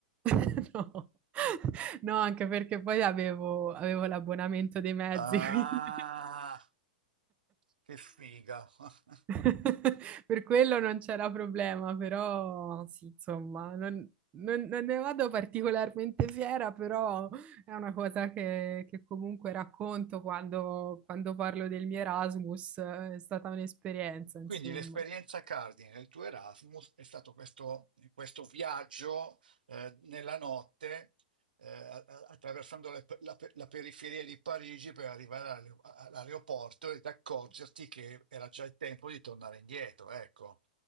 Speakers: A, on the right; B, on the right.
A: <laughs> No. <laughs> No, anche perché poi avevo, avevo l'abbonamento dei mezzi,
B: Ah,
A: quindi
B: che figa! <laughs>
A: <laughs> per quello non c'era problema, però sì, insomma, non, non- non ne vado particolarmente fiera, però è una cosa che, che comunque racconto quando, quando parlo del mio Erasmus, eh, è stata un'esperienza, insomma.
B: Quindi l'esperienza cardine del tuo Erasmus è stato questo, questo viaggio eh, nella notte eh, a- a- attraversando le- la, pe- la periferia di Parigi per arrivare all'aer- all'aeroporto ed accorgerti che era già il tempo di tornare indietro, ecco.